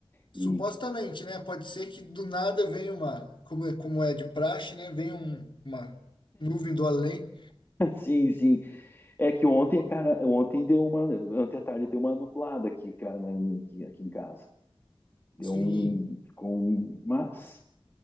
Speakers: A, on the left; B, on the left.
A: supostamente,
B: E
A: né? Pode ser que do nada venha uma, como é, como é de praxe, né? Venha um- uma nuvem do além.
B: <laughs> sim, sim, É que ontem, cara, ontem deu uma, ontem à tarde deu uma nublada aqui, cara, na- aqui, aqui em casa. Deu
A: Sim,
B: um, ficou um, mas